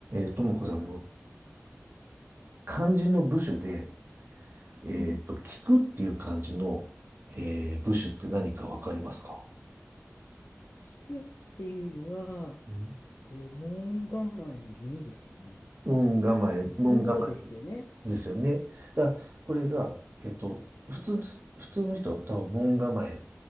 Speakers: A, on the right (about 50°); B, on the left (about 55°).
A: えー、ともこさんの漢字の部首で、えっと、
B: うん。
A: 聞くっていう漢字の、えー部首って何かわかりますか
B: 聞くっていうのは、
A: ん
B: えー門構えに耳ですよね。
A: 門構え、門構え
B: の方ですよね。
A: ですよね。だからこれが、えっと、普通、普通の人は多分門構え